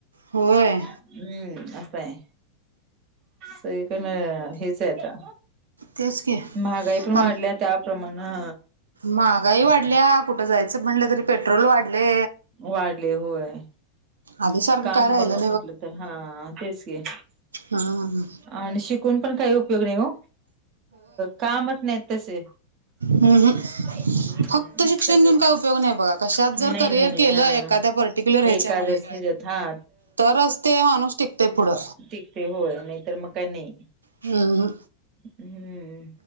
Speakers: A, on the right; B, on the right.
A: होय.
B: हम्म असं आहे सगळीकडण हेच आहे आता.
A: तेच की
B: महागाई पण वाढल्या
A: आम
B: त्याप्रमाणे.
A: महागाई वाढल्या कुठं जायचं म्हणलं तरी पेट्रोल वाढले.
B: वाढले होय
A: आधीसारखं
B: काम
A: काय राहिलं
B: बघा म्हटलं तर हा तेच घ-
A: हा हा
B: आणि शिकून पण काही उपयोग नाही हो, कामच नाहीत तसे-
A: ह्
B: हम्म
A: फक्त शिक्षण
B: सगळे
A: घेऊन काय उपयोग नाही बघा, कशात
B: नाही
A: जर करिअर
B: नाही नाही
A: केलं
B: हा
A: एखाद्या पर्- <unintelligible> ह्याच्यामध्ये
B: एखादच ह्याच्यात हा
A: तरच ते माणूस टिकतय पुढं.
B: टिकतय होय नाहीतर मग काही नाही.
A: ह
B: हम्म